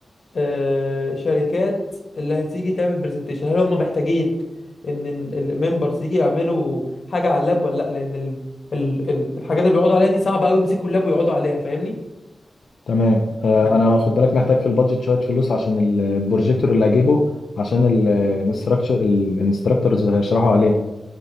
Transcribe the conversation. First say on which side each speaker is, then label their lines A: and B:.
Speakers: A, on the left; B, on the left.
A: آه، شركات اللي هتيجي تعمل برزنتيشن هل هم محتاجين ان الممبرز يجي يعملوا حاجه على اللاب ولا لا لان ال... ال... ال... الحاجات اللي بيقعدوا عليها دي صعبه قوي يمسكوا اللاب ويقعدوا عليها فاهمني
B: تمام آه،
A: يعني
B: انا خد بالك محتاج في البادجت شويه فلوس عشان البروجيكتور اللي هجيبه عشان الانستراكشر الانستراكتورز اللي هيشرحوا عليه